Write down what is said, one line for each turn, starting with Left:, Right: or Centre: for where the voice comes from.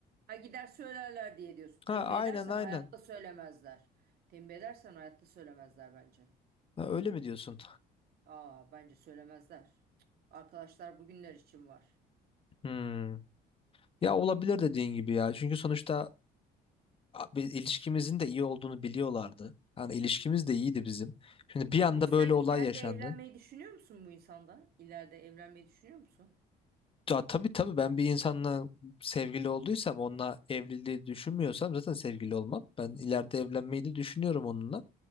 Right: Ha gider söylerler diye diyorsun. Tembih
Left: Ha
Right: edersen
Left: aynen aynen.
Right: hayatta söylemezler. Tembih edersen hayatta söylemezler bence.
Left: Ha, öyle mi diyorsun?
Right: Aa bence söylemezler. Arkadaşlar bugünler için var.
Left: Hmm. Ya olabilir dediğin gibi ya. Çünkü sonuçta bir ilişkimizin de iyi olduğunu biliyorlardı. Yani ilişkimiz de iyiydi bizim. Şimdi bir anda
Right: Peki
Left: böyle
Right: sen
Left: olay
Right: ileride
Left: yaşandı.
Right: evlenmeyi düşünüyor musun bu insanda? İleride evlenmeyi düşünüyor musun?
Left: Ya tabii tabii ben bir insanla sevgili olduysam onunla evliliği düşünmüyorsam zaten sevgili olmam. Ben ileride evlenmeyi de düşünüyorum onunla.